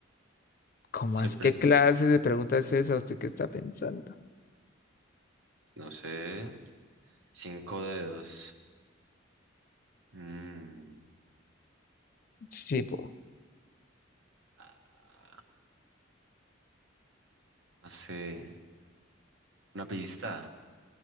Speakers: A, on the left (about 45°); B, on the right (about 70°).
A: ¿Cómo
B: Siempre,
A: es? ¿Qué clase de pregunta es esa? ¿Usted qué está pensando?
B: no sé. Cinco dedos. Mm,
A: Sí, po.
B: ah, no sé. Una pista.